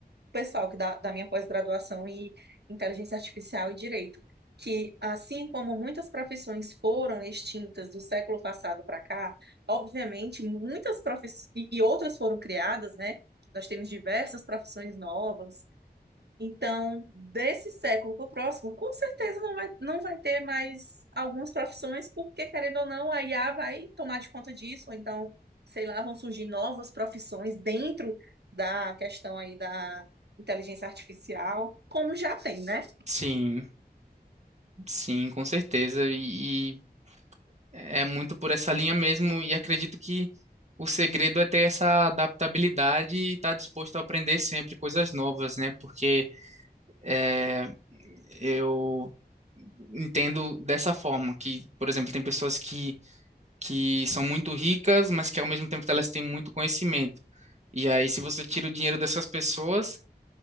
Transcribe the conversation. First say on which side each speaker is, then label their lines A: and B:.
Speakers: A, on the right; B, on the right.
A: pessoal que dá, da minha pós-graduação em inteligência artificial e direito, que assim como muitas profissões foram extintas do século passado para cá, obviamente muitas profissões e, e outras foram criadas, né? Nós temos diversas profissões novas, então, desse século para o próximo, com certeza não vai, não vai ter mais algumas profissões, porque, querendo ou não, a IA vai tomar de conta disso, ou então, sei lá, vão surgir novas profissões dentro da questão aí da inteligência artificial, como já tem, né?
B: Sim. Sim, com certeza. E, e é muito por essa linha mesmo. E acredito que o segredo é ter essa adaptabilidade e estar disposto a aprender sempre coisas novas, né? Porque é, eu entendo dessa forma que, por exemplo, tem pessoas que, que são muito ricas, mas que ao mesmo tempo elas têm muito conhecimento. E aí, se você tira o dinheiro dessas pessoas,